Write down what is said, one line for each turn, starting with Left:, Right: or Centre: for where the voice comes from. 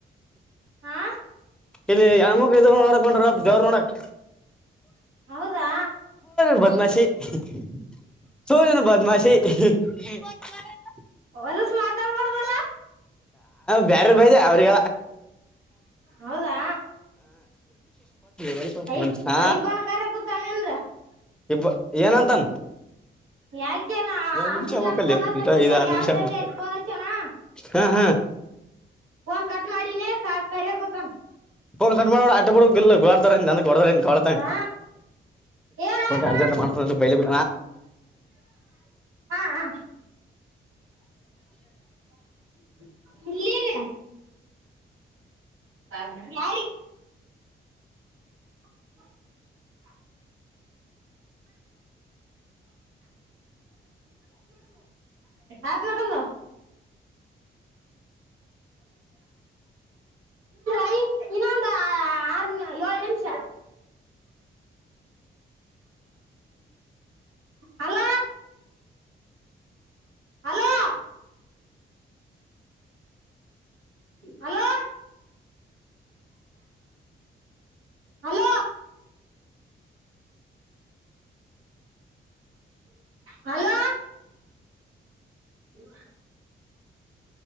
Right: ಹಾ
Centre: ಇಲ್ಲಿ ಯಮ್ಮಕ್ ಇದ ನೋಡಕ ಹೊಂಟರ ದೇವರ್ ನೋಡಕ್
Right: ಹೌದಾ
Centre: ಬ ಬ <inaudible> <inaudible> ಸೂನೆನು ಬದ್ಮಾಶಿ ಹ್ಮ <inaudible>
Right: ಒನ್ಸ ಮಾತಾಡ್ಬಾರ್ದಲ್ಲ
Centre: ಬ್ಯಾರರ್ ಬೈದ ಅವ್ರಿಗೆ
Right: ಹೌದಾ
Centre: ಯಲ್ಲ
Right: ಐಫ್
Centre: ಹ
Right: ಐಫೋನ್ ಕರೆ ಕೂತಾನ ನಿಂದ್ರ
Centre: ಇಬ ಏನಂತನ್
Right: ಯಾಕೇನಾ
Centre: ನಿಮಿಷ
Right: ಅಂಬುಜನ್
Centre: ಆಗ್ಬೇಕಲ್ಲ
Right: ಪೋನ್ ಹ
Centre: ಇದ
Right: ಗತ್ತೇ
Centre: ಐದ್ ಆರು
Right: ಯಾರ್
Centre: ನಿಮಿಷ
Right: ಸಹಿತ
Centre: ಆಗ್ಬೇಕ
Right: ಆಯ್ತ ಫೋನ್ ಹಚ್ಚನಾ
Centre: ಹಾ ಹಾ
Right: ಫನ್ ಕಟ್ ಮಾಡಿನತ್ತ
Centre: ಕ ಸರ್ ಆಟೆು ಗಲ್ಲ ಗು <inaudible> ನ ಕೊಡತ ಕೊಳತ
Right: ಹಾ ಏನ್ ಆಯ್ತಣ
Centre: ಅರ್ಜೆಂಟ್ ಮನ್ಸ ಬ
Right: ಹಾ ಹಾ <inaudible> ಹ ಯಾರಿ ಹ <inaudible> ಆಟಲ್ಲ <unintelligible> ಐ ಇನ್ನೊಂದು ಆರ್ ಏಳು ನಿಮಿಷ hello hello hello hello hello E <inaudible>